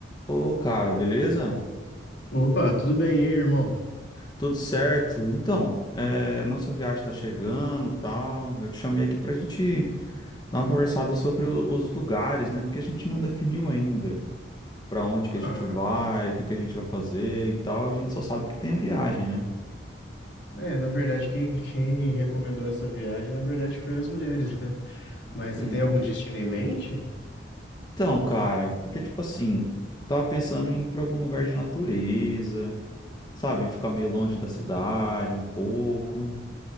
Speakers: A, on the left; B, on the left.
A: Ô, cara, beleza?
B: Opa, tudo bem? E aí, irmão?
A: Tudo certo. Então, é, a nossa viagem tá chegando, tal. Eu te chamei aqui pra gente dar uma conversada sobre o- os lugares, né? Porque a gente não definiu ainda pra onde que
B: Ah,
A: a gente vai, o que que a gente vai fazer e tal. A gente só sabe que tem a viagem, né?
B: é, na verdade, quem, quem recomendou essa viagem, na verdade, foi as mulheres, né? Mas
A: É.
B: você tem algum destino em mente?
A: Então, cara, porque tipo assim, tava pensando em ir pra algum lugar de natureza, sabe? Ficar meio longe da cidade um pouco.